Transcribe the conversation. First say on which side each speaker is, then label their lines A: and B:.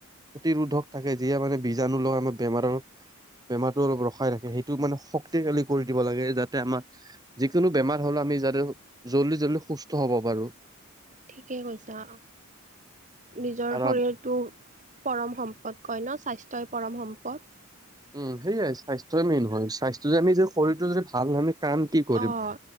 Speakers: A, on the right (about 20°); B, on the right (about 35°).
A: প্ৰতিৰোধক থাকে, যিয়ে মানে বীজাণু ল আমাৰ বেমাৰৰ বেমাৰতো অলপ ৰখাই ৰাখে, সেই- টো মানে শক্তিশালী কৰি দিব লাগে যাতে আমাৰ- যিকোনো বেমাৰ হ'লে আমি যাতে জল্দি জল্দি সুস্থ হব পাৰো।
B: ঠিকে কৈছা, নিজৰ
A: আৰু
B: শৰীৰ-
A: আম-
B: তটো পৰম সম্পদ কয় ন, স্বাস্থ্যই পৰম সম্পদ।
A: উম সেয়াই, স্বাস্থ্যয়ই মেইন হয় স্বাস্থ্য যদি আমি শৰিটো যদি ভাল ন হয় আমি- কাম কি কৰিম?
B: অ'